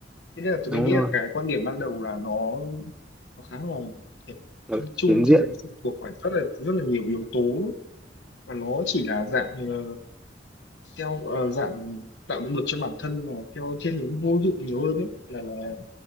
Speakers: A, on the left; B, in the centre.
A: thế nên là tôi
B: đúng
A: nghĩ
B: rồi,
A: là cái quan điểm ban đầu là nó nó khá là kiểu
B: ở
A: chung chung
B: phiến diện.
A: thôi nó phụ thuộc vào rất là rất là nhiều yếu tố và nó chỉ là dạng ờ, theo ờ, dạng tạo động lực cho bản thân là theo thiên hướng vô dụng nhiều hơn đấy là là